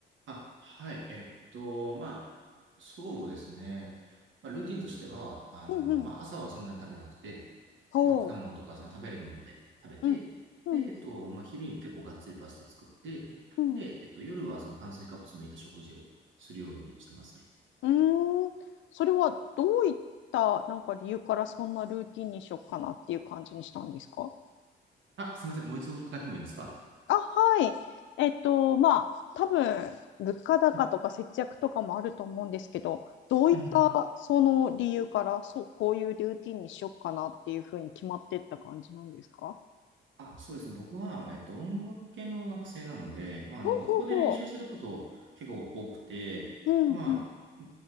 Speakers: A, on the right (about 75°); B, on the left (about 70°).
A: あ、はい。えっと、まあ、そうですね。まあ、ルーティンとしては、あの、
B: うんうん。
A: まあ、朝はそんなに食べなくて、
B: ほう。
A: まあ、果物とかその食べれるもので食べて、
B: うん、うん、
A: で、えっと、まあ、昼に結構がっつりパスタ作って、
B: うん。
A: で、えっと、夜はその炭水化物抜いた食事をするようにしてますね。
B: うーん。それはどういった、なんか理由からそんなルーティンにしよっかなっていう感じにしたんですか
A: あ、すみません。もう一度伺ってもいいですか
B: あ、はい。えっと、まあ、多分、物価高とか節約とかもあると思うんですけど、
A: うん
B: どういったその理由から、
A: うんうん
B: そう、こういうルーティンにしよっかなっていうふうに決まってった感じなんですか
A: あ、そうですね。僕は、えっと、音楽系の学生なので、まあ、あの、
B: ほうほうほ
A: 学校で練習すること結構多くて、
B: う。うん、
A: まあ、
B: うん、